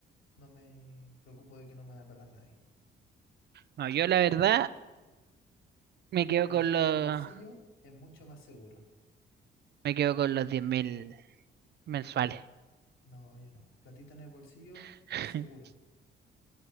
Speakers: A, on the left; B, on the right.
A: no me preocupo de que no me va a pagar nadie.
B: No, yo la verdad me quedo
A: Platita
B: con los,
A: en el bolsillo es mucho más seguro.
B: me quedo con los diez mil mensuales.
A: No, yo no. Platita en el bolsillo,
B: <laughs>
A: seguro.